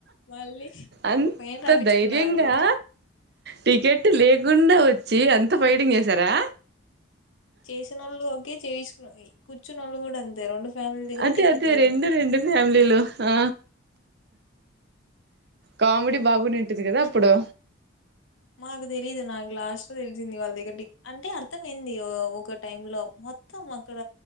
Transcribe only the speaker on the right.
అంత
ధైర్యంగా టికెట్ లేకుండా వచ్చి అంత ఫైటింగ్ చేశారా
అదే
అదే
రెండు రెండు ఫ్యామిలీ లు హ కామెడీ బాగువునింటుంది కదా అప్పుడు